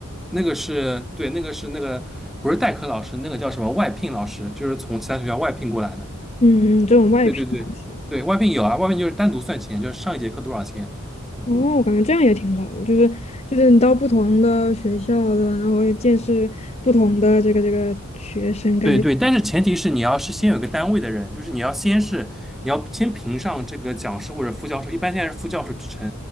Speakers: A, in the centre; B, on the left (about 30°).
A: 那个是对，那个是那个不是代课老师，那个叫什么外聘老师，就是从其他学校外聘过来的。
B: 嗯嗯，这种外聘老师。
A: 对对对对，外聘有啊，外聘就是单独算钱，就是上一节课多少钱。嗯，
B: 嗯哦，我感觉这样也挺好的，就是就是你到不同的学校的，然后见识不同的这个这个学生，感觉。
A: 对对，但是前提是你要是先有一个单位的人，就是你要先是你要先评上这个讲师或者副教授，一般现在是副教授职称，